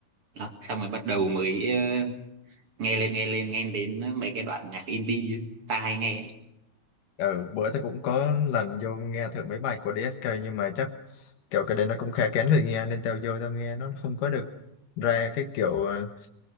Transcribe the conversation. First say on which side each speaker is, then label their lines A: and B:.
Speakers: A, on the right; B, on the left.
A: đó xong rồi bắt đầu mới ờ, nghe lên nghe lên nghe đến mấy cái đoạn nhạc indie ấy. ta hay nghe ấy.
B: Ừ, bữa tao cũng có lần vô nghe thử mấy bài của DSK nhưng mà chắc kiểu cái đấy nó cũng khá kén người nghe nên tao vô tao nghe nó không có được ra cái kiểu ờ,